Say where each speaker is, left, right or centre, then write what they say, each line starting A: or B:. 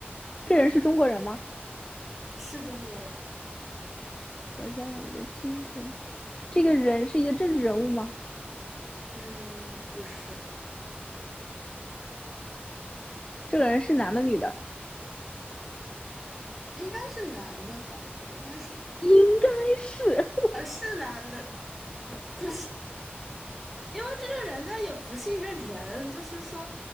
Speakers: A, on the left (about 25°); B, in the centre.
A: 这人是中国人吗？
B: 是中国人。
A: 活在我们的心中。这个人是一个政治人物吗？
B: 嗯，不是，
A: 这个人是男的女的？
B: 应该是男的吧？应该是男的。
A: 应该是，
B: 啊，是男的，<laughs> 不是。因为这个人他也不是一个人，就是说，